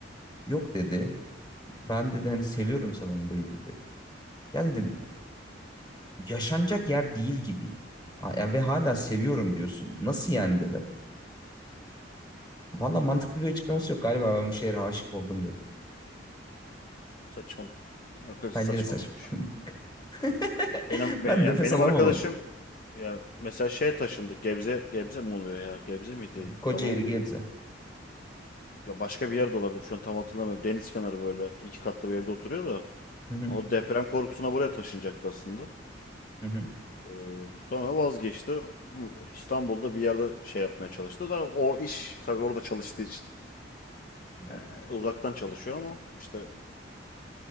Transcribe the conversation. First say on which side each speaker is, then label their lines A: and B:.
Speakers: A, on the left; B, on the left.
A: Yok dedi. Ben dedi hani seviyorum sanırım burayı dedi. Ya dedim yaşanacak yer değil gibi. Ha, ya ve hala seviyorum
B: Ya
A: diyorsun. Nasıl yani dedim. Valla mantıklı bir açıklaması yok galiba ben bu şehre aşık oldum dedim.
B: Saçmalık. Yani Arkadaş
A: Bence
B: saçmalamış.
A: de saçma. <laughs>
B: Ya Benim be-
A: Ben
B: ya
A: nefes
B: benim
A: alamam
B: arkadaşım
A: orada.
B: ya mesela şeye taşındı. Gebze Gebze mi oluyor ya? Gebze miydi?
A: Hı. Kocaeli,
B: Yalova mıydı?
A: Gebze.
B: Ya başka bir yerde olabilir. Şu an tam hatırlamıyorum. Deniz kenarı böyle iki katlı bir evde oturuyor da.
A: Hı hı,
B: O deprem korkusuna buraya taşınacaktı aslında.
A: hı hı.
B: Ee, Sonra vazgeçti. İstanbul'da bir yerde şey yapmaya çalıştı da o iş tabii orada çalıştığı için
A: Evet.
B: ee, uzaktan çalışıyor ama işte